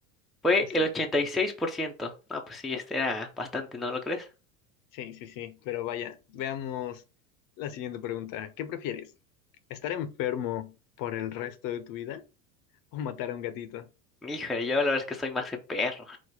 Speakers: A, in the centre; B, on the left.
A: fue
B: Así
A: el 86%.
B: que
A: Ah, pues sí, este era bastante, ¿no lo crees?
B: sí, sí, sí. Pero vaya, veamos la siguiente pregunta. ¿Qué prefieres? ¿Estar enfermo por el resto de tu vida o matar a un gatito?
A: Híjole, yo la verdad es que soy más de perros.